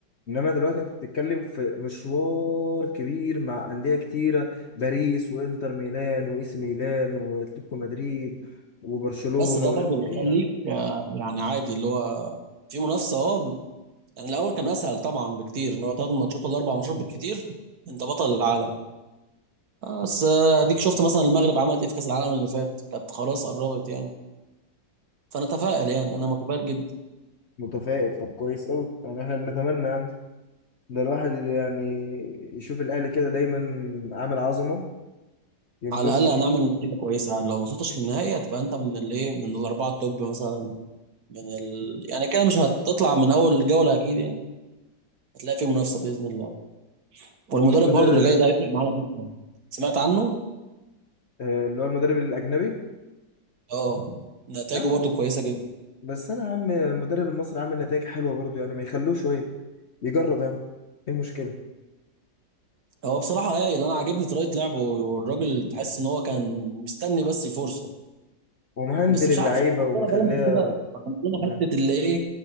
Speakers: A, on the left; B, on the right.
A: إنما دلوقتي أنت بتتكلم في مشوار كبير مع أندية كتيرة باريس وإنتر ميلان وإي سي ميلان وأتلتيكو مدريد وبرشلونة
B: بس ده
A: ورين
B: برضو بيخليك
A: إيه يعني
B: آه، يعني عادي اللي هو في منافسه اه يعني الاول كان اسهل طبعا بكتير ان هو ثلاث ماتشات ولا اربع ماتشات بالكتير انت بطل العالم بس آه، اديك شفت مثلا المغرب عملت ايه في كاس العالم اللي فات كانت خلاص قربت يعني فانا اتفائل يعني انا متفائل جدا
A: متفائل طب كويس أوي يعني إحنا بنتمنى ده الواحد يعني يشوف الاهلي كده دايما عامل عظمه ينبسط
B: على الاقل هنعمل نتيجه كويسه يعني لو ما وصلتش للنهائي هتبقى انت من الايه من الاربعه التوب مثلا من ال... يعني كده مش هتطلع من اول جوله اكيد يعني هتلاقي في منافسه باذن الله والمدرب
A: هو المفروض
B: برضو
A: ال-
B: اللي جاي ده هيفرق معانا جدا سمعت عنه
A: آه، اللي هو المدرب الاجنبي
B: اه نتائجه
A: يا عم
B: برضو كويسه جدا
A: بس انا يا عم المدرب المصري عامل نتائج حلوه برضه يعني ما يخلوه شويه يجرب يعني ايه المشكله
B: هو بصراحه هايل انا عاجبني طريقه لعبه والراجل تحس ان هو كان مستني بس الفرصه
A: ومهندل
B: بس مش
A: اللعيبه
B: عارف عندنا
A: ومخليها
B: دايما كده عندنا
A: تمام
B: حته اللي ايه